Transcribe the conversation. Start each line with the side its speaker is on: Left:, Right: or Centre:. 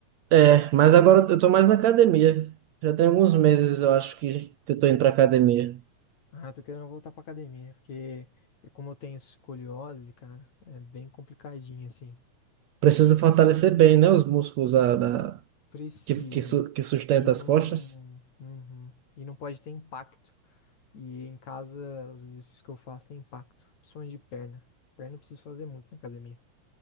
Right: É, mas agora eu tô mais na academia. Já tem alguns meses, eu acho, que, que eu tô indo pra academia.
Left: Ah, tô querendo voltar pra academia, porque eu- como eu tenho escoliose, cara, é bem complicadinho, assim.
Right: Precisa fortalecer bem, né? Os músculos da, da-
Left: Precisa.
Right: que, que, su- que sustenta
Left: E não.
Right: as costas.
Left: Uhum. E não pode ter impacto. E em casa, os exercícios que eu faço têm impacto, principalmente de perna. Perna eu preciso fazer muito na academia.